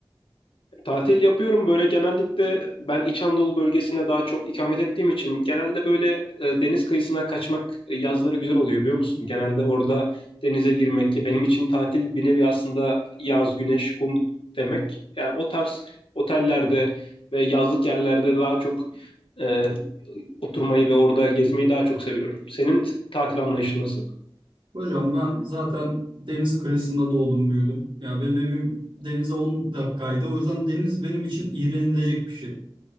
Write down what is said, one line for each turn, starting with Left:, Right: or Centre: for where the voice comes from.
Left: Tatil yapıyorum böyle genellikle ben İç Anadolu bölgesinde daha çok ikamet ettiğim için genelde böyle e, deniz kıyısına kaçmak e, yazları güzel oluyor biliyor musun? Genelde orada denize girmek ki benim için tatil bir nevi aslında yaz, güneş, kum demek. Yani o tarz otellerde ve yazlık yerlerde daha çok e, oturmayı ve orada gezmeyi daha çok seviyorum. Senin tatil anlayışın nasıl?
Right: Hocam ben zaten deniz kıyısında doğdum büyüdüm. Ya benim evim denize 10 dakikaydı. O yüzden deniz benim için iğrenilecek bir şey.